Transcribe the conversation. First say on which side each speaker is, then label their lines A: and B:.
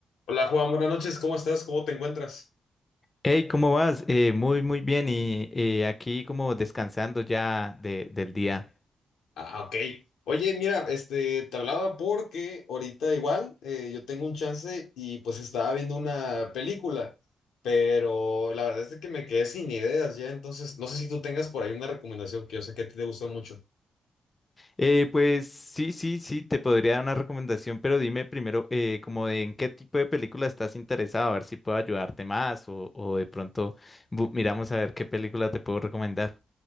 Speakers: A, on the left (about 85°); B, on the left (about 25°).
A: Hola Juan, buenas noches, ¿cómo estás? ¿Cómo te encuentras?
B: Hey, ¿cómo vas? Eh, muy, muy bien. Y eh, aquí como descansando ya de- del día.
A: Ah, ok. Oye, mira, este, te hablaba porque ahorita igual eh, yo tengo un chance y pues estaba viendo una película, pero la verdad es de que me quedé sin ideas ya, entonces no sé si tú tengas por ahí una recomendación que yo sé que a ti te gusta mucho.
B: Eh, pues sí, sí, sí, te podría dar una recomendación, pero dime primero eh, como de en qué tipo de película estás interesado, a ver si puedo ayudarte más o, o de pronto bu- miramos a ver qué película te puedo recomendar.